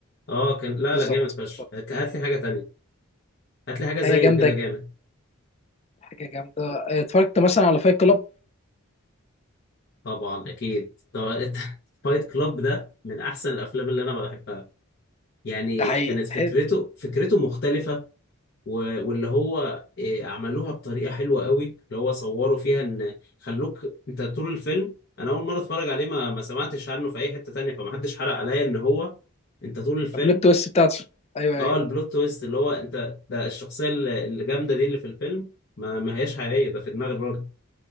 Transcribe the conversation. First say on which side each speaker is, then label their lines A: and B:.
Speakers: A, on the left; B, on the left.
A: اه كان لا
B: بالظبط
A: لا جامد فشخ
B: بالظبط
A: هات هات لي حاجة تانية هات لي حاجة زيه
B: حاجه جامده
A: كده جامد
B: حاجه جامده آه، اتفرجت مثلا على فايت كلاب
A: طبعا اكيد طب <laughs> فايت كلاب ده من احسن الافلام اللي انا بحبها يعني
B: ده حقيقي
A: كانت فكرته
B: حلو
A: فكرته مختلفة و- واللي هو إيه، عملوها بطريقة حلوة قوي اللي هو صوروا فيها ان خلوك انت طول الفيلم انا اول مرة اتفرج عليه ما ما سمعتش عنه في اي حتة تانية فما حدش حرق عليا ان هو انت طول الفيلم
B: البلوت تويست بتاعته ايوه
A: اه
B: ايوه
A: البلوت تويست اللي هو انت ده الشخصية ال- الجامدة دي اللي في الفيلم ما ما هياش حقيقية ده في دماغ الراجل